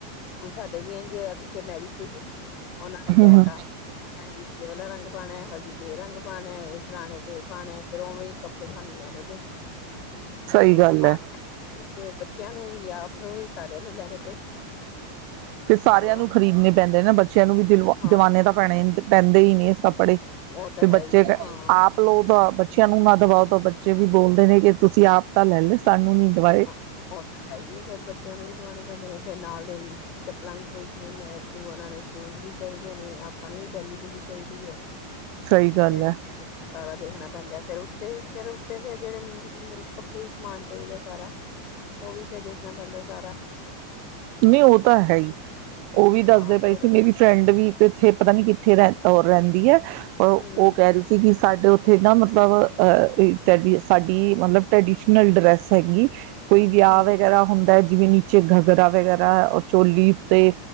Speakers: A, on the left; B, on the right.
A: ਕੁਛ ਸਾਡੇ ਵੀ ਐਨ ਜੀ ਹੋਇਆ ਪਿੱਛੇ ਮੈਰਿਜ ਸੀਗੀ ਉਹਨਾਂ
B: ਕਹਿ
A: ਨੇ ਕਿਹੈ
B: ਦੇ। ਹੂੰ,
A: ਤਾ ਮਹਿੰਦੀ ਦੀ ਐ ਵਾਲਾ ਰੰਗ ਪਾਉਣਾ ਹੈ ਹਲਦੀ ਤੇ ਇਹ ਰੰਗ ਪਾਉਣਾ ਹੈ ਇਹ ਫਲਾਣੇ ਤੇ ਪਾਉਣਾ ਫੇਰ ਉਵੇਂ ਕੱਪੜੇ ਸਾਨੂੰ ਲੈਣੇ ਪਏ
B: ਸਹੀ
A: ਜੋ
B: ਗੱਲ ਹੈ
A: <inaudible> ਬੱਚਿਆਂ ਨੂੰ ਵੀ ਆਪ ਨੂੰ ਵੀ ਸਾਰਿਆਂ ਨੂੰ ਲੈਣੇ ਪਏ
B: ਫਿਰ ਸਾਰਿਆਂ
A: ਹਾਂ
B: ਨੂੰ ਖਰੀਦਣੇ ਪੈਂਦੇ ਨੇ ਨਾ ਬੱਚਿਆਂ ਨੂੰ ਵੀ <inaudible>
A: ਹਾਂ
B: ਕੱਪੜੇ,
A: ਉਹ ਤਾਂ
B: ਤੇ ਬੱਚੇ
A: ਹੈ ਹੀ
B: ਲਾਏ
A: ਹੈ ਹਾਂ
B: ਆਪ ਲੋਓ ਤਾਂ ਬ ਬੱਚਿਆਂ ਨੂੰ ਨਾ ਦਵਾਓ ਤੋਂ ਬੱਚੇ ਵੀ ਬੋਲਦੇ ਨੇ ਕਿ ਤੁਸੀਂ ਆਪ ਤਾਂ ਲੇ ਲਏ ਸਾਨੂੰ ਨੀ ਦਵਾਏ।
A: ਉਹ ਤਾਂ ਹੈ ਹੀ ਫੇਰ ਬੱਚਿਆਂ ਨੂੰ ਵੀ ਦਵਾਣੇ ਬੰਦੇ ਨੇ ਫਿਰ ਨਾਲ ਦੇ ਚੱਪਲਾਂ ਵੀ ਚਾਹੀਦੀਆਂ ਮੈਚ ਉਹਨਾ ਨੂੰ ਸ਼ੂਜ ਵੀ ਚਾਹੀਦੇ ਨੇ ਆਪਾਂ ਨੂੰ ਵੀ ਬੈਲੀ ਬੂਲੀ ਚਾਹੀਦੀ ਹੈ
B: ਸਹੀ ਗੱਲ
A: ਫੇਰ
B: ਹੈ
A: ਸਾਰਾ ਦੇਖਣਾ ਪੈਂਦਾ ਹੈ ਫੇਰ ਉੱਤੇੇ ਫਿਰ ਉੱਤੇ ਫਿਰ ਜਿਹੜੇ ਮੇ ਕੰਪਲੀਟ ਸਮਾਨ ਚਾਹੀਦਾ ਹੈ ਸਾਰਾ ਉਹ ਵੀ ਫਿਰ ਦੇਖਣਾ ਪੈਂਦਾ ਹੈ ਸਾਰਾ
B: ਨਹੀਂ ਉਹ ਤਾਂ ਹੈ ਹੀ। ਉਹ ਵੀ
A: ਹਾਂ
B: ਦੱਸਦੇ ਪਏ
A: ਫੇਰ
B: ਸੀ ਮੇਰੀ ਫਰੈਂਡ ਵੀ ਇੱਕ ਇੱਥੇ ਪਤਾ ਨੀ ਕਿੱਥੇ ਰਹਿ ਤੌਰ ਰਹਿੰਦੀ ਹੈ ਪਰ
A: ਹਮ
B: ਉਹ ਕਹਿ ਰਹੀ ਸੀ ਕਿ ਸਾਡੇ ਉੱਥੇ ਨਾ ਮਤਲਬ ਅਹ ਦੀ ਸਾਡੀ ਮਤਲਬ ਟਰੈਡੀਸ਼ਨ ਨਾਲ ਡਰੈਸ ਹੈਗੀ ਕੋਈ ਵਿਆਹ
A: ਹਮ
B: ਵਗੈਰਾ ਹੁੰਦਾ ਜਿਵੇਂ ਨੀਚੇ ਘੱਗਰਾ ਵਗੈਰਾ ਉਹ ਚੋਲੀ ਉੱਤੇ